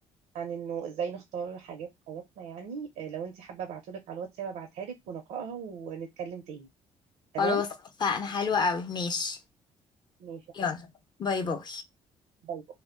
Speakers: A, on the right (about 85°); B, on the left (about 40°).
A: عن انه ازاي نختار حاجات في حياتنا يعني آه، لو انت حابه ابعتهولك على الواتساب ابعتها لك ونقراها ونتكلم تاني تمام
B: خلاص اتفقنا حلوة قوي ماشي
A: ماشي يا
B: يلا
A: حبيبي
B: باي باي
A: باي.